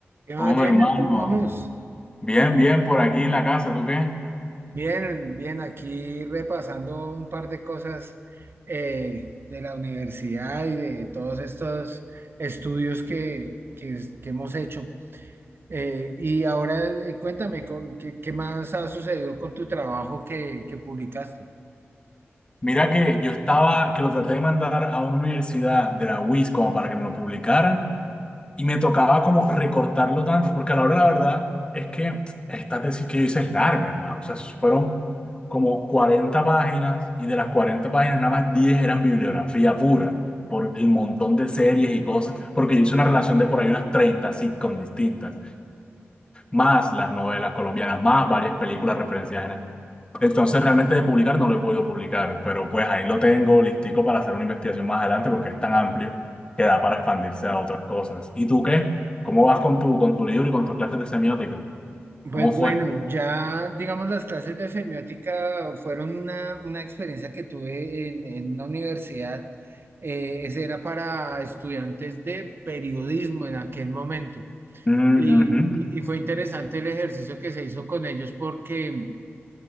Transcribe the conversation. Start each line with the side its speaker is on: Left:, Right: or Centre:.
Right: ¿Qué más,
Left: Hombre,
Right: Jamer?
Left: hermano,
Right: ¿Cómo vamos?
Left: bien, bien, por aquí en la casa, ¿tú qué?
Right: Bien, bien, aquí repasando un par de cosas eh, de la universidad y de todos estos estudios que, que, es- que hemos hecho. Eh, y ahora eh, cuéntame, co- ¿qué, qué más ha sucedido con tu trabajo que, que publicaste?
Left: Mira que yo estaba, que lo traté de mandar a una universidad de la UIS como para que me lo publicaran y me tocaba como recortarlo tanto, porque a la hora de la verdad es que esta tesis que yo hice es larga, hermano, o sea, fueron como 40 páginas y de las 40 páginas nada más 10 eran bibliografía pura, por el montón de series y cosas, porque yo hice una relación de por ahí unas 30 sitcoms distintas, más las novelas colombianas, más varias películas referenciadas en Entonces realmente de publicar no lo he podido publicar, pero pues ahí lo tengo listico para hacer una investigación más adelante porque es tan amplio que da para expandirse a otras cosas. ¿Y tú qué? ¿Cómo vas con tu, con tu libro y con tus clases de semiótica?
Right: Pues
Left: ¿Cómo fue?
Right: bueno, ya digamos las clases de semiótica fueron una, una experiencia que tuve en, en una universidad. eh, ese era para estudiantes de periodismo en aquel momento.
Left: Mm,
Right: Y,
Left: ujú.
Right: y- y fue interesante el ejercicio que se hizo con ellos porque,